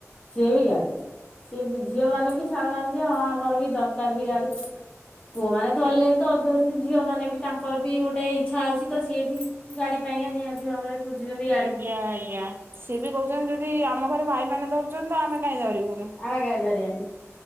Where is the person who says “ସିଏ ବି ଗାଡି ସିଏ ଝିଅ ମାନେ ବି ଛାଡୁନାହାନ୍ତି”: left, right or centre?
Left